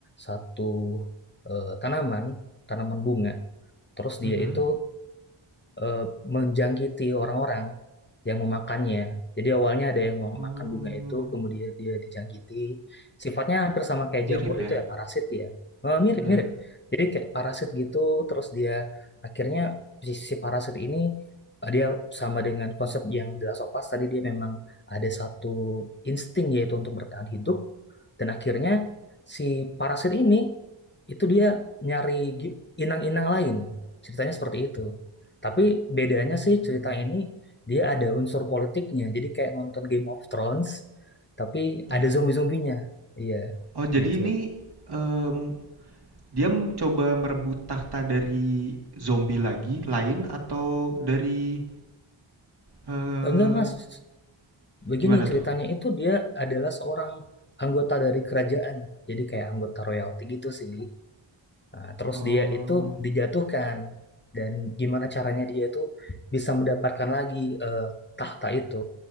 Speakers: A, on the left; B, on the right.
A: satu eh, tanaman, tanaman bunga. Terus
B: Mm-mm.
A: dia itu eh, menjangkiti orang-orang yang memakannya. Jadi awalnya ada yang mau
B: Oh,
A: makan bunga itu, kemudian dia dijangkiti. Sifatnya hampir sama kayak
B: mirip
A: jamur
B: ya?
A: itu ya, parasit ya. Eh, Mirip-mirip.
B: Iya.
A: Jadi kayak parasit gitu, terus dia akhirnya si, si parasit ini eh, dia sama dengan konsep yang di Last of Us, tadi dia memang ada satu insting yaitu untuk bertahan hidup. Dan akhirnya si parasit ini itu dia nyari gi- inang-inang lain. Ceritanya seperti itu. Tapi bedanya
B: Hmm.
A: sih cerita ini dia ada unsur politiknya. Jadi kayak nonton Game of Thrones, tapi
B: Ya.
A: ada zombie-zombinya. Iya,
B: Oh, jadi
A: gitu.
B: ini em, dia mencoba merebut tahta dari zombie lagi, lain atau dari eh
A: Enggak, Mas. Begini
B: gimana
A: ceritanya
B: tuh?
A: itu dia adalah seorang anggota dari kerajaan. Jadi kayak anggota royalty gitu sih. Nah, terus
B: Oh,
A: dia itu dijatuhkan dan gimana caranya dia itu bisa mendapatkan lagi eh, tahta itu.